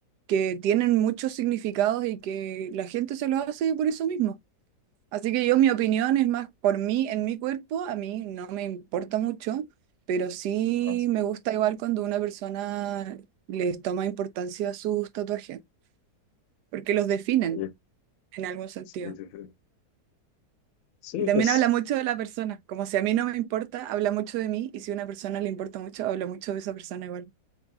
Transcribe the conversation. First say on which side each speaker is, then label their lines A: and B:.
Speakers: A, on the right; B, on the left.
A: que tienen muchos significados y que la gente se los hace por eso mismo. Así que yo, mi opinión es más por mí, en mi cuerpo, a mí no me importa mucho, pero sí
B: Ajá. sí,
A: me gusta igual cuando una persona les toma importancia a sus tatuajes, porque los definen
B: Oye,
A: en algún sentido.
B: Sí, sí, sí. Sí,
A: Y también
B: pues
A: habla mucho de la persona, como si a mí no me importa, habla mucho de mí, y si a una persona le importa mucho, habla mucho de esa persona igual.